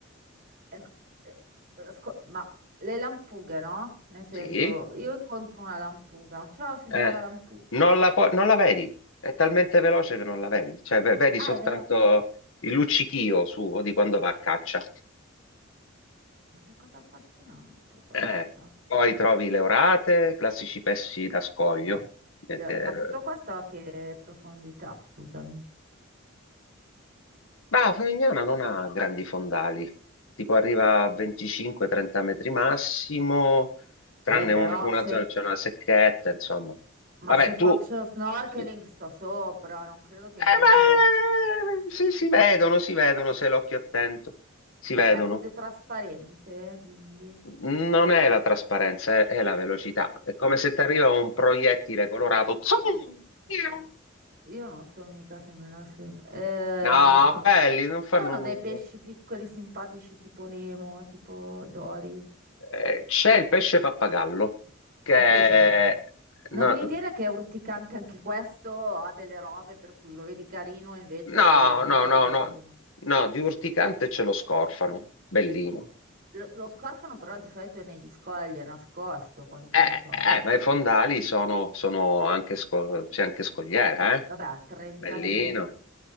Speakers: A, on the right; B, on the left.
A: Eh, ma, eh, eh, sco- ma le lampughe, no? Nel senso,
B: Sì,
A: io incontro una lampuga. Ciao, signora
B: eh,
A: lampuga.
B: non la, pu- non la vedi, è talmente veloce che non la vedi, cioè ve- vedi
A: Ah,
B: soltanto
A: è veloce.
B: il luccichio suo di quando va a caccia.
A: Ma che cosa affascinante questa.
B: Eh, poi trovi le orate, classici pesci da scoglio.
A: Eh,
B: eh,
A: le-
B: che-
A: Ma tutto questo a che profondità, scusami.
B: Ma Favignana non ha grandi fondali, tipo arriva a 25-30 metri massimo, tranne
A: Eh, però
B: un- una
A: se
B: zona, c'è una secchetta, insomma.
A: Ma
B: Vabbè,
A: se faccio
B: tu...
A: snorkeling
B: Eh,
A: sto sopra, non credo che
B: ma-
A: incontrerò.
B: si, si vedono, si vedono, se l'occhio è attento, si vedono.
A: Ma è così trasparente, quindi
B: Non è la trasparenza, è, è la velocità. È come se ti arriva un proiettile colorato. Zoom! Piu!
A: io non so mica se me la sento. Eh,
B: No,
A: p-
B: belli, non fanno
A: sono
B: nulla.
A: dei pesci piccoli, simpatici, tipo Nemo, tipo Dori.
B: Eh, c'è il pesce pappagallo, che...
A: Il pesce proprio. no.
B: No,
A: Non mi dire che è urticante anche questo, ha delle robe per cui lo vedi carino e invece
B: no, no,
A: muori
B: no,
A: dopo
B: no,
A: domani.
B: no, di urticante ce lo scorfano. Bellino.
A: Lo, lo scorfano però di solito è negli scogli, è nascosto, quanto
B: Eh,
A: ne sono.
B: eh, ma i fondali sono, sono anche, sco- c'è anche scogliera, eh?
A: Vabbè, a 30
B: Bellino.
A: metri.